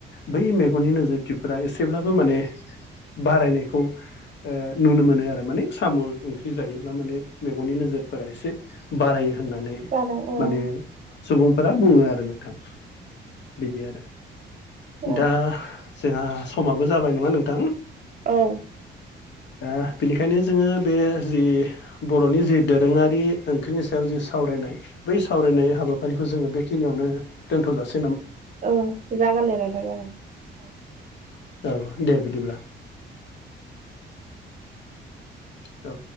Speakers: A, on the left; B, on the right.
A: बै मेगननि नोजोरथिफोरा एसेब्लाबो माने बारायनायखौ नुनो मोनो आरो माने साम' ओंख्रि जायोब्ला माने मेगननि नोजोरफोरा एसे बारायो होननानै
B: जादों औ
A: माने
B: औ
A: सुबुंफोरा बुङो आरो नों थां बिदि आरो
B: औ
A: दा जोंहा समाबो जाबाय नङा नोंथां
B: औ
A: दा बेनिखायनो जोङो बे जि बर'नि जि दोरोङारि ओंख्रिनि सायाव जों सावरायनाय बै सावरायनाय हाबाफारिखौ जोङो बेखिनियावनो दोनथ'जासिगोन
B: औ जागोन दे नोंथां जागोन औ
A: औ दे बिदिब्ला औ